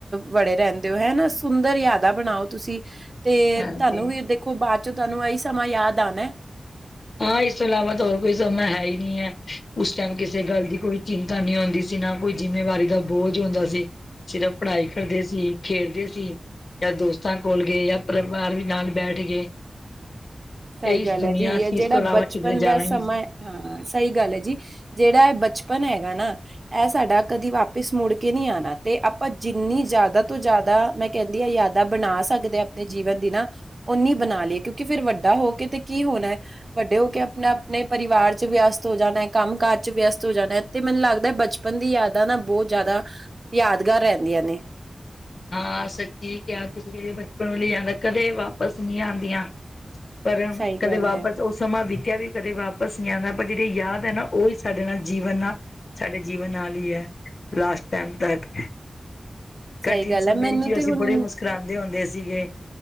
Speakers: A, on the right (about 40°); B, on the left (about 60°).
A: ਵੜੇ ਰਹਿੰਦੇ ਹੋ ਹਨਾ ਸੁੰਦਰ ਯਾਦਾ ਬਣਾਓ ਤੁਸੀਂ ਤੇ
B: ਹਾਂਜੀ
A: ਤੁਹਾਨੂੰ
B: ਹਾਂਜੀ
A: ਵੀ ਦੇਖੋ ਬਾਅਦ ਚੋਂ ਤੁਹਾਨੂੰ ਇਹੀ ਸਮਾਂ ਯਾਦ ਆਣਾ।
B: ਹਾਂ ਇਸ ਤੋਂ ਇਲਾਵਾ ਤਾਂ ਹੋਰ ਕੋਈ ਸਮਾਂ ਹੈ ਈ ਨੀ ਐ ਉਸ ਟਾਈਮ ਕਿਸੇ ਗੱਲ ਦੀ ਕੋਈ ਚਿੰਤਾ ਨੀ ਹੁੰਦੀ। ਜਿਨਾ ਕੋਈ ਜਿੰਮੇਵਾਰੀ ਦਾ ਬੋਝ ਹੁੰਂਦਾ ਸੀ, ਸਿਰਫ ਪੜ੍ਹਾਈ ਕਰਦੇ ਸੀ ਖੇਡਦੇ ਸੀ। ਜਾਂ ਦੋਸਤਾਂ ਕੋਲ ਗਏ ਜਾਂ ਪਰਿਵਾਰ ਵੀ ਨਾਲ ਬੈਠ ਗਏ।
A: ਸਹੀ
B: ਇਹ ਇਸ
A: ਗੱਲ
B: ਦੁਨੀਆਂ
A: ਹੈ ਜੀ
B: ਸੀ
A: ਜਿਹੜਾ
B: ਇਸ ਤੋਂ ਇਲਾਵਾ
A: ਬਚਪਨ
B: ਕਿਧਰੇ ਜਾਣਾ
A: ਦਾ
B: ਹੀ
A: ਸਮਾਂ
B: ਨਹੀਂ ਸੀ
A: ਹਾਂ ਸਈ ਗੱਲ ਐ ਜੀ। ਜਿਹੜਾ ਇਹ ਬਚਪਨ ਹੈਗਾ ਨਾ ਇਹ ਸਾਡਾ ਕਦੀ ਵਾਪਿਸ ਮੁੜ ਕੇ ਨੀ ਆਣਾ, ਤੇ ਆਪਾਂ ਜਿੰਨੀ ਜ਼ਿਆਦਾ ਤੋਂ ਜ਼ਿਆਦਾ ਮੈਂ ਕਹਿੰਦੀ ਆ ਯਾਦਾ ਬਣਾ ਸਕਦੇ ਆਪਣੇ ਜੀਵਨ ਦੀ ਨਾ, ੳਨੀ ਬਣਾ ਲਈਏ ਕਿਉਂਕਿ ਫੇਰ ਵੱਡਾ ਵੱਡਾ ਹੋ ਕੇ ਤੇ ਕੀ ਹੋਣਾ ਵੱਡੇ ਹੋ ਕੇ ਆਪਣਾ ਆਪਣੇ ਪਰਿਵਾਰ ਚ ਵਿਅਸਤ ਹੋ ਜਾਣਾ ਕੰਮ ਕਾਜ ਚ ਵਿਅਸਤ ਹੋ ਜਾਣਾ ਤੇ ਮੈਨੂੰ ਲੱਗਦਾ ਬਚਪਨ ਦੀ ਯਾਦਾਂ ਨਾ ਬਹੁਤ ਜ਼ਿਆਦਾ ਯਾਦਗਾਰ ਰਹਿੰਦੀਆਂ ਨੇ।
B: ਹਾਂ ਸੱਚੀ ਕਿਹਾ ਤੁਸੀਂ ਬਚਪਨ ਵਾਲੀ ਜਾਂਦਾ ਕਦੇ ਵਾਪਸ ਨੀ ਆਦੀਆਂ। ਪਰ
A: ਸਹੀ
B: ਕਦੇ
A: ਗੱਲ
B: ਵਾਪਸ
A: ਹੈ
B: ਉਸ ਸਮਾਂ ਬੀਤਿਆ ਵੀ ਕਦੇ ਵਾਪਸ ਨਹੀਂ ਆਂਦਾ, ਪਰ ਜਿਹੜੇ ਯਾਦ ਹੈ ਨਾ ਉਹੀ ਸਾਡੇ ਨਾਲ ਜੀਵਨ ਨਾਲ ਸਾਡੇ ਜੀਵਨ ਨਾਲ ਈ ਐ, ਲਾਸਟ ਟਾਇਮ ਤੱਕ।
A: ਸਹੀ
B: ਕਠਿਨ
A: ਗੱਲ
B: ਸਮੇਂ
A: ਹੈ ਮੈਨੂੰ
B: ਜੀ
A: ਤੇ
B: ਅਸੀਂ
A: ਹੁਣ
B: ਬੜੇ ਮੁਸਕਰਾਉਂਦੇ ਹੁੰਦੇ ਸੀਗੇ,